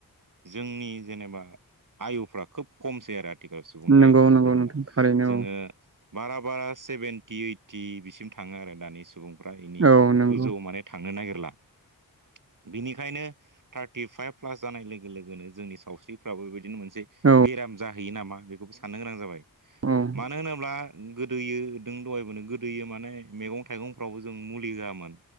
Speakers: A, on the right (about 55°); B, on the right (about 35°).
A: जोंनि जेनेबा आयुफ्रा खोब खमसै आरो आथिखाल सुबुंनि
B: नंगौ
A: आयुआ मानो
B: नंगौ
A: होनबा
B: नोंथां थारैनो
A: जोङो। बारा बारा सेभेेनटि ओइटि बिसिम थाङो आरो दानि सुबुं फ्रा
B: औ
A: एनि
B: औ नंगौ
A: गोजौआव माने थांनो नागिरला । बिनिखायनो थार्टि फाइभ प्लास जानाय लोगो लोगोनो जोंनि सावस्रिफ्राबो बे बिदिनो मोनसे
B: औ
A: बेराम जाहैयो नामा बेखौबो साननो गोनां जाबाय,
B: औ
A: मानो होनोब्ला? गोदोयो दों दहायबो गोदोयो माने मेगं थाइगंफ्रावबो जों मुलि होयामोन।